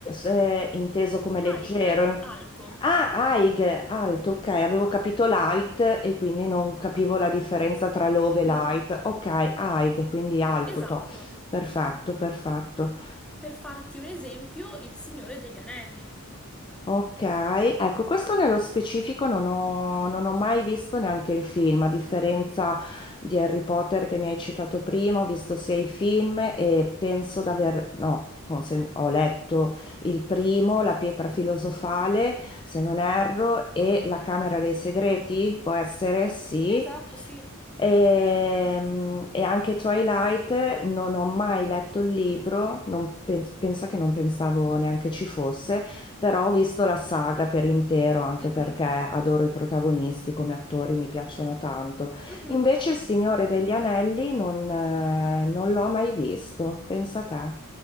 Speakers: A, on the left; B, in the centre.
A: eh, inteso come leggero.
B: Aig, alto.
A: Ah, Aig, alto, ok, avevo capito light e quindi non capivo la differenza tra low
B: Mhm.
A: e light. Ok, Aig, quindi alto,
B: Esatto.
A: to. Perfetto, perfetto.
B: Per farti un esempio, il Signore degli Anelli.
A: Ok, ecco, questo nello specifico non ho, non ho mai visto neanche il film, a differenza di Harry Potter che mi hai citato prima, ho visto sia i film e penso d'aver, no, consen- ho letto il primo, La pietra filosofale, se non erro, e La Camera dei Segreti, può essere, sì.
B: Esatto, sì.
A: Ehm, E, anche Twilight non ho mai letto il libro, non pens- pensa che non pensavo neanche ci fosse. Però ho visto la saga per intero, anche
B: Mhm,
A: perché adoro i protagonisti come attori, mi piacciono tanto.
B: mhm,
A: Invece Il Signore degli Anelli non, eh, non l'ho mai visto, pensa a te.